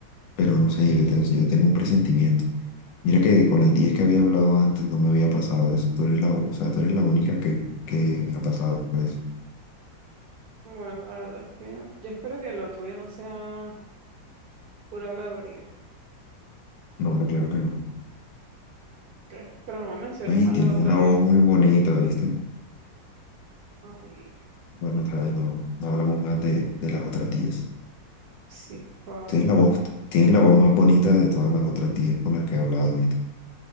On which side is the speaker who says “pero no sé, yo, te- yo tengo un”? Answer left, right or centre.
Left